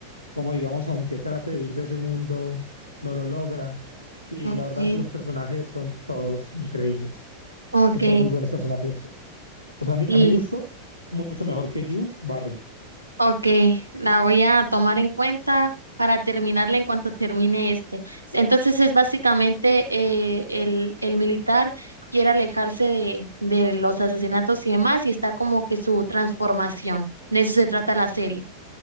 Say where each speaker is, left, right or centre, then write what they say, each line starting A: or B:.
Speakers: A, on the left; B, on the right.
A: cómo digamos, aunque trate de vivir de ese mundo, no lo logra, y
B: ok,
A: la verdad los personajes son todos increíbles,
B: ok,
A: son todos muy buenos personajes. O sea, a mi,
B: sí.
A: a mi gusto, mucho mejor que You, Barry.
B: Ok, la voy a tomar en cuenta para terminarla en cuanto termine este. Entonces es básicamente eh, el, el militar quiere alejarse de, de los asesinatos y demás y está como que su transformación. De eso se trata la serie.